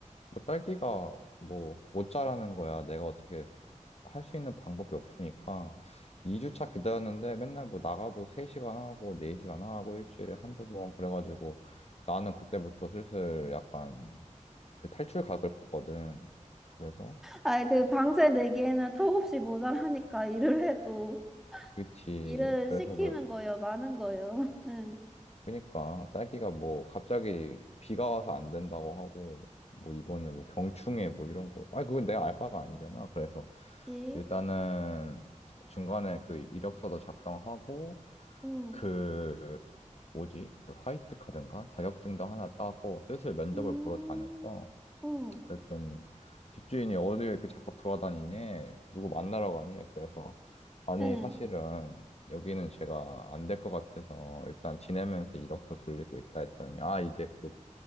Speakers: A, on the left; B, in the centre.
A: 뭐 딸기가 뭐 못 자라는 거야. 내가 어떻게 할 수 있는 방법이 없으니까 2주차 기다렸는데 맨날 뭐 나가도 3시간 하고 4시간 하고 일주일에 한두 번 그래가지고 나는 그때부터 슬슬 약간 그 탈출각을 봤거든. 그래서
B: 아, 그 방세 내기에는 턱없이 모자라니까, 일을 해도.
A: 그치.
B: 일을
A: 그래서
B: 시키는
A: 왜
B: 거요, 많은 거요. <laughs> 응.
A: 그니까 딸기가 뭐 갑자기 비가 와서 안 된다고 하고 뭐 이번에 뭐 병충해 뭐 이런 거. 아니 그건 내가 알 바가 아니잖아. 그래서
B: 그치?
A: 일단은 중간에 그 이력서도 작성하고
B: 응.
A: 그 뭐지? 그 화이트 카드인가? 자격증도 하나 따고 슬슬 면접을
B: 음,
A: 보러 다녔어.
B: 응.
A: 그랬더니 집주인이 어디에 이렇게 자꾸 돌아다니니? 누구 만나러 가니? 그래서 아니
B: 응.
A: 사실은 여기는 제가 안 될 것 같아서 일단 지내면서 이력서 돌리고 있다 했더니 아 이제 곧